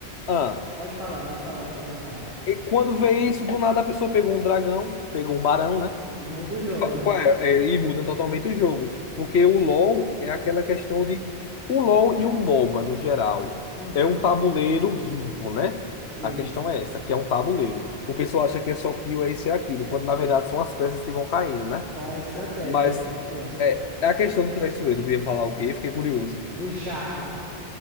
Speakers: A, on the left; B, on the right.
A: Ah,
B: Pode falar, pode falar, depois eu falo.
A: e quando vê isso, do nada a pessoa pegou um dragão, pegou um barão, né?
B: E muda o jogo,
A: E, fa-
B: né?
A: qual é? É, e muda totalmente o jogo. Porque o LoL é aquela questão de. O LoL e o MOBA, no geral,
B: Uhum.
A: é um tabuleiro vivo, né?
B: Sim.
A: A questão é essa, que é um tabuleiro. O pessoal acha que é só kill, é isso e é aquilo, quando na verdade são as peças que vão caindo, né?
B: Fora a estratégia,
A: Mas
B: né? Tem que ter.
A: é, é a questão do traiçoeiro. Tu ia falar o quê? Fiquei curioso.
B: Do Chaco.